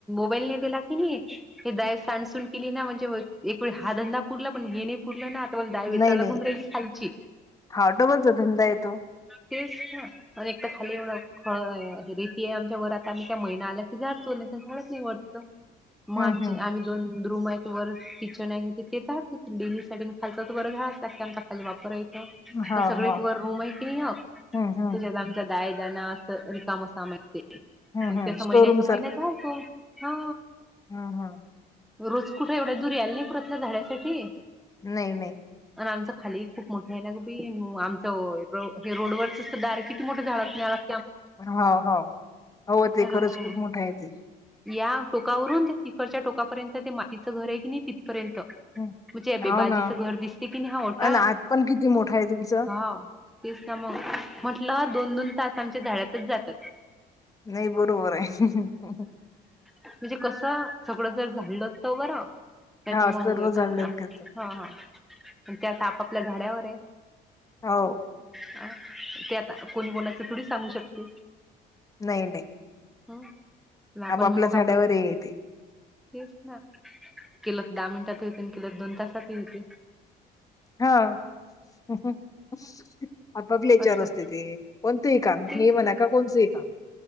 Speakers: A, in the centre; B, on the left (about 20°).
A: ल दिला की नाही दा सांडसून केली ना म्हणजे हाधंदा पुरला पण पुडलं ना आता बला दहावीचला
B: नाही
A: घुमरहिली
B: नाही
A: खायची
B: हा डबलचा धंदा येतो.
A: तेच ना आणि एकदा खाली एवढा रेती आहे आमच्या घर आता आम्ही त्या महिना्या आल्या क जचो नाही तर झाडत नाही वाटत मग
B: हम्म
A: आमची
B: हम्म
A: आम् दोन रूम आहेत वर किचन आहे तेच डेली सा खाल तर वर झाड असतात ते आमचा खाली वापरा
B: हा
A: पण सगळे
B: हा
A: त रूम आहे की नाही
B: हम्म हम्म
A: त्याच्यात आमचा दय ज असं रिकाम समजते
B: हम्म
A: मग
B: हम्म
A: तस
B: स्टोरूम
A: महिन्याच्या महिन्यात चालतो हा.
B: हम् हम.
A: रोज कुठे एवढ्या दूर यायला नाही पुरत ना झाडासाठी.
B: नाही नाही.
A: आणि आमच खाली खूप मोठे आहे ना ग बी आमचं हे रोडवररच दार मोठ झाडं
B: होा होा, हो ते खरंच
A: मग
B: खूप मोठा आहे ते
A: या टोकावरून तिकडच्या टोकापर्यंत ते मातीचं घर आहे कि नाही तिथपर्यंत.
B: हम्म.
A: मुे अ बेबाजीच
B: हो ना.
A: घर दिसते की नाही हा होताा
B: अन आत पण किती मोठा आहे तुमचं?
A: हा तेस ना मग म्हटलं दोन दोन तास आमच्या झाडातच जातात.
B: नाही बरोबर आहे.
A: म्हणजे कसं सगळं जर झाडलं तर बरं त्याच
B: हा
A: मंग
B: सर्व
A: एक
B: झाडच
A: हा
B: घेतो
A: हा त्यात आपापल्या झाडावर आहे
B: हो
A: ह ते आता कोणी कोणाच थोडी सांगू शकते.
B: नाही नाही.
A: हम् आपण
B: आपापल्या
A: म्हणू
B: झाड्यावर
A: का आपण.
B: हे येते
A: तेच ना केलं तर दहा मिनिटात होते आणि केलं दोन तासात होते
B: हो.
A: असं
B: चार असते ते कोणतंही काम
A: तेच
B: हे म्हणा
A: ना
B: का कोणतंही काम.